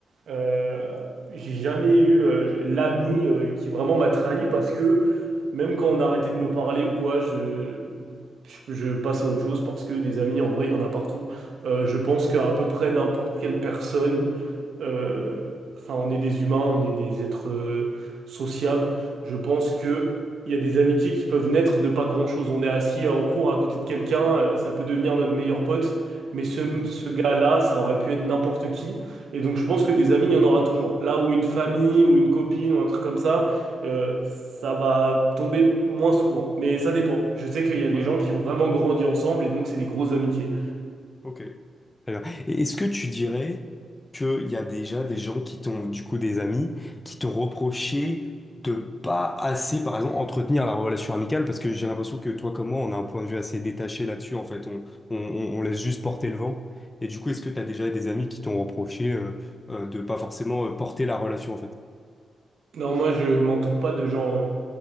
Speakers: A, on the right (about 75°); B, on the left (about 20°).
A: Euh, j'ai jamais eu euh, l'ami euh, qui vraiment m'a trahi parce que même quand on a arrêté de me parler ou quoi, je, je, je passe à autre chose parce que des amis, en vrai, il y en a partout. Euh, je pense qu'à peu près n'importe quelle personne euh, enfin, on est des humains, on est des êtres euh, sociables. Je pense que il y a des amitiés qui peuvent naître de pas grand-chose. On est assis en cours à côté de quelqu'un, euh, ça peut devenir notre meilleur pote, mais ce,
B: mm.
A: ce gars-là, ça aurait pu être n'importe qui. Et donc, je pense que des amis, il y en aura toujours. Là où une famille ou une copine ou un truc comme ça, euh, ça va tomber moins souvent. Mais ça dépend. Je sais qu'il y a des
B: Ouais,
A: gens
B: ouais.
A: qui ont vraiment grandi ensemble et donc c'est des grosses amitiés.
B: Ok. Très bien. Et Est-ce que tu dirais qu'il y a déjà des gens qui t'ont, du coup, des amis, qui t'ont reproché de pas assez, par exemple, entretenir la relation amicale? Parce que j'ai l'impression que toi, comme moi, on a un point de vue assez détaché là-dessus. En fait, on, on, on- on laisse juste porter le vent. Et du coup, est-ce que tu as déjà des amis qui t'ont reproché euh, euh, de pas forcément euh, porter la relation, en fait?
A: Non, moi, je m'entoure pas de gens. euh,